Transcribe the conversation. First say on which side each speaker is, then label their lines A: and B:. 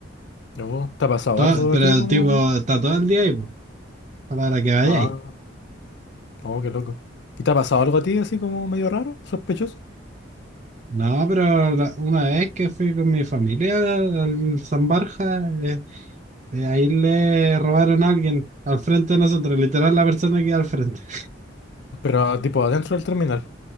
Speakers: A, on the left; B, on the right.
A: No, ¿te ha pasado
B: Todo-
A: algo
B: pero
A: a ti
B: el
A: como...?
B: tipo está todo el día ahí, pues, a la hora que vayáis.
A: Ah, oh, qué loco. ¿Y te ha pasado algo a ti así como medio raro, sospechoso?
B: No, pero la- una vez que fui con mi familia al al San Borja, eh, eh, ahí le robaron a alguien al frente de nosotros, literal la persona que iba al frente. <laughs>
A: Pero tipo adentro del terminal.